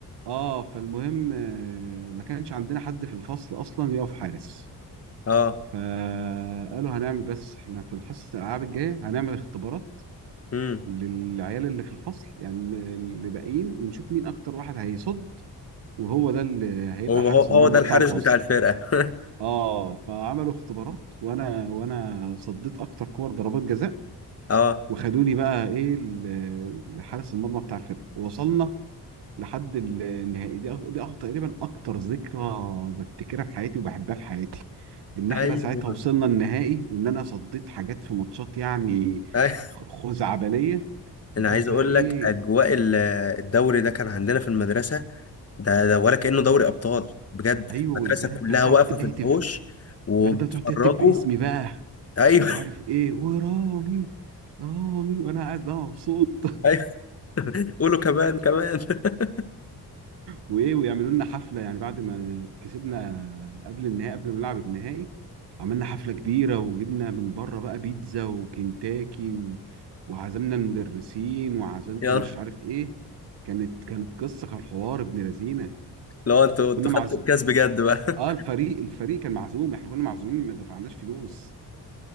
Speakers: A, on the right; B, on the left.
A: اه فالمهم آه، ما كانش عندنا حد في الفصل اصلا يقف حارس
B: اه
A: فقالوا هنعمل بس احنا في الحصه الالعاب الجايه هنعمل اختبارات
B: امم
A: للعيال اللي في الفصل يعني اللي باقيين ونشوف مين اكتر واحد هيصد وهو ده اللي هيبقى
B: هو
A: حارس
B: هو هو
A: المرمى
B: ده الحارس
A: بتاع الفصل
B: بتاع الفرقه <laughs>
A: اه فعملوا اختبارات وانا وانا صديت اكتر كور ضربات جزاء
B: اه
A: وخدوني بقى ايه ل- لحارس المرمى بتاع الفرقه وصلنا لحد النهائي دي أك- دي أك- تقريبا اكتر ذكرى بفتكرها في حياتي وبحبها في حياتي ان
B: ايوه
A: احنا ساعتها وصلنا النهائي وان انا صديت حاجات في ماتشات يعني
B: أي-
A: خ- خزعبليه
B: انا
A: وكان
B: عايز
A: بقى
B: اقول
A: ايه
B: لك اجواء ال- الدوري ده كان عندنا في المدرسه ده, ده ولا كانه دوري ابطال بجد
A: ايوه
B: المدرسه
A: والبنات
B: كلها
A: بقى تقعد
B: واقفه
A: تهتف
B: في الحوش وبتتفرجوا
A: البنات بقى تقعد تهتف باسمي بقى
B: ايوه
A: ومش
B: <laughs>
A: عارف ايه ورامي رامي وانا قاعد بقى مبسوط
B: ايوه قولوا كمان كمان <laughs>
A: وايه ويعملوا لنا حفله يعني بعد ما كسبنا قبل النهائي قبل ما نلعب النهائي عملنا حفله كبيره وجبنا من بره بقى بيتزا وكنتاكي و... وعزمنا المدرسين وعزمنا
B: يلا
A: مش عارف ايه كانت كانت قصه كان حوار ابن لذينه
B: لو انتوا
A: وكنا
B: انتوا
A: معزوم
B: خدتوا الكاس بجد بقى
A: اه الفريق الفريق كان معزوم احنا كنا معزومين ما دفعناش فلوس